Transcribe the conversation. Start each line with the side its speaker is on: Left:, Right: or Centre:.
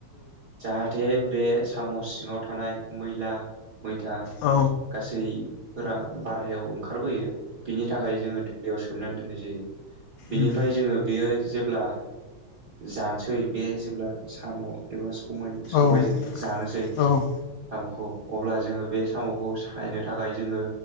Right: जाहाथे बे साम' सिङाव थानाय मैला मैथा
Left: औ
Right: गासैफोरा बारहायाव ओंखारबोयो बिनि थाखाय जोङो दैयाव सोमनानै दोननाय जायो बिनिफ्राय
Left: उम
Right: जोङो बेयो जेब्ला जानोसै बे जेब्ला साम' एबा सबाय सबायजों
Left: औ
Right: जानोसै
Left: औ उम
Right: साम'खौ अब्ला जोङो बे साम'खौ सायनो थाखाय जोङो